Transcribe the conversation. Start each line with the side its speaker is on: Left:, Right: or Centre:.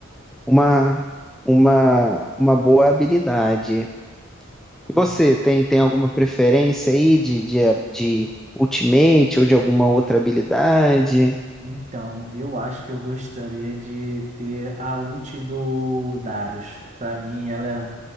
Centre: uma, uma, uma boa habilidade. E
Right: en-
Centre: você, tem, tem alguma preferência aí de, de, de Ultimate ou de alguma outra habilidade?
Right: então, eu acho que eu gostaria de ter a ult do Darius. Pra mim, ela,